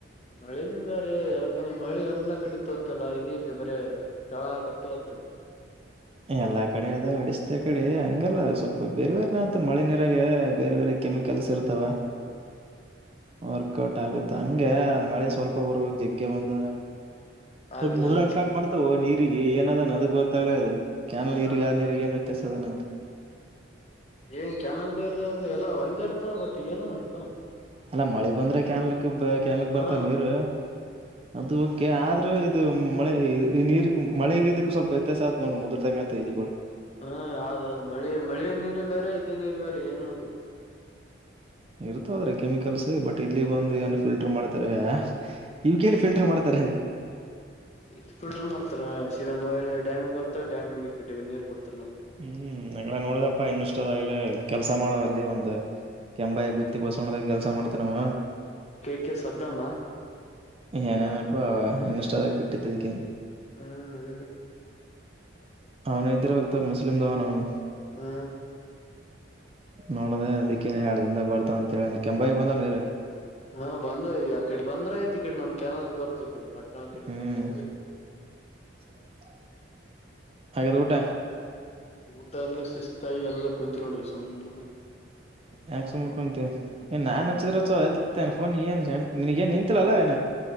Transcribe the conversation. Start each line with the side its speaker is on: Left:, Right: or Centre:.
Left: ಮಳೆನೆ ಇಲ್ಲ ರಿ ಯಾರಕಂದ್ರ ಮಳೆ ಎಲ್ಲಾ ಕಡೆ ತೋತಲ್ಲಾ ಇದು ಎಲ್ಲಿ ಬರೆ ತಳಾ ಕಟ್ಟವತ್ತು
Right: ಎಲ್ಲಾ ಕಡೆ ಅದ ಅಡಿಸತ ಕಡೆ ಹಂಗಲ್ಲ ಸ್ವಲ್ಪ ಬೇರ್ ಬೇರೆನಾತ್ ಮಳೆ ನೀರಾಗ ಬೇರೆ ಬೇರೆ ಕೆಮಿಕಲ್ಸ್ ಇರ್ತಾವ.
Left: ಹಾ
Right: <unintelligible> ಕೋಟ್ ಆಗುತ್ತ ಹಂಗೆ ಮಳೆ ಸ್ವಲ್ಪ ಬರಬೇಕ ಇಗ ಹೌದಾ
Left: ಆಗಲ್ಲ
Right: ಸ್ವಲ್ಪ ಮುದ್ರಾಕ
Left: ಅಂದ
Right: ಸ್ಟಾರ್ಟ್ ಮಾಡ್ತವ ನೀರಿಗೆ ಏನ ಅದಾನ ಅದು ಗೊತ್ತಗಲ್ಲ ಅದ ಕ್ಯಾನಲ್ ನೀರಿಗೆ
Left: ಹಾ
Right: ಆ ನೀರಿಗೆ ಏನು ವ್ಯತ್ಯಾಸ ಅದ ನಂತ
Left: ಏ ಕ್ಯಾನಲ್ ನೀರುದು ಎಲ್ಲ ಒಂದೇ ಇರ್ತಾವ ಏನೋ ಬಟ್ ಏನೋ ಪಾ
Right: ಅಲ್ಲಾ ಮಳಿ ಬಂದ್ರೆ ಕೆನಾಲ್ಕ ಕೆನಾಲ್ಕ
Left: ಹಾ
Right: ಬರ್ತಾವ ನೀರು ಅದು ಕೆ ಆದ್ರೂ ಇದು ಮಳೆ ಈ ಈ ನೀರ್ ಮಳೆಗ ಇದಕ್ಕ ಸ್ವಲ್ಪ ವ್ಯತ್ಯಾಸ ಆತ್ ನೋಡ್ ಮುದ್ರದಂಗ ಆತವ ಎಲಿಗಳು.
Left: ಹಾ ಅದಾದು ಮಳಿ ಮಳಿ ನೀರು ಬ್ಯಾರೆ ಇದೇ ನೀರು ಬ್ಯಾರೆ ಏನೋ ಅದು
Right: ಇರ್ತಾವ ಅದ್ರಾಗ ಕೆಮಿಕಲ್ಸ್ ಬಟ್ ಇಲ್ಲಿಗ್ ಬಂದು ಏನು ಫಿಲ್ಟರ್ ಮಾಡ್ತಾರೆ ಆ. ಇಲ್ಕೇಳಿ ಫಿಲ್ಟರ್ ಮಾಡ್ತಾರೆ.
Left: ಇದು ಫಿಲ್ಟರ್ ಮಾಡ್ತಾರ ಸೀದ ಮೊಳ್ಳೆ ಡ್ಯಾಮಿಗ್ ಬರ್ತವೆ ಡ್ಯಾಮ ಕಟ್ಟಿ ನೀರು ಬಿಡ್ತಾರ ನಮಗೆ.
Right: ಹ್ಮ್ ನಂಗಲ್ಲ ನೋಡಿದಪ್ಪ ಇನ್ನಷ್ಟದಾಗಲಿ ಕೆಲ್ಸ ಮಾಡು ಅಲ್ಲಿ ಒಂದು. ಕೆಂಬಾಯ ಗುತ್ತಿ ಬಸವಣ್ಣದಾಗ ಕೆಲಸ ಮಾಡ್ತನಾವ.
Left: K K ಸದ್ದಮ್ಮ.
Right: ಏನೇನಪ್ಪಾ ಅವ ಇನ್ಸ್ಟದಾಗ ಬಿಟ್ಟಿದ್ದದಕ್ಕೆನೆ.
Left: ಹಾ ಅದೇನೆ.
Right: ಅವನು ಎದ್ದಿರ್ಬೇಕು ತಗ ಮುಸ್ಲಿಂದವನ್ ಅವನು.
Left: ಹ್ಮ
Right: ನೋಡಿದೆ ಅದಿಕ್ಕೆ ಎರಡ್ದಿಂದಾಗ ಬರ್ತಾವ ಅಂತ ಹೇಳನ. ಕೆಂಬಾಯಿಗೆ ಬಂದವನಿರು.
Left: ಹಾ ಬಂದ ಈಗ ಆ ಕಡೆ ಬಂದ್ರ ಆಯ್ತು ಈ ಕಡೆ ನಮ್ ಕ್ಯಾನಾಲ್ಕ್ ಬರ್ತವೆ ಈ ಕಡೆ ಬಟ್ನಿಲ್ಕಡೆ
Right: ಹ್ಮ್
Left: ಬಂದಬ ಈಕಡೆ.
Right: <inaudible> ಆಗೇದ ಊಟ.
Left: ಊಟ ಎಲ್ಲ ಶಿಸ್ತಾಗಿ ಎಲ್ಲ ಕುಂತ್ಕೊಡಿದಿವಿ ಸುಮ್ಮ್ನೆ.
Right: ಯಾಕ್ ಸುಮ್ನ್ ಕುಂತಿ. ನಾನ್ ಹಚ್ಚಿದ್ರಚ್ಚ <unintelligible> ಆಯ್ತಿತೇನ್ ಫೋನ್ ನೀ ಸೆಣ್ ನಿನ್ಗೆನ್ನ್ ನಿಂತಿಲ್ಲಲ್ಲಾ ಏ.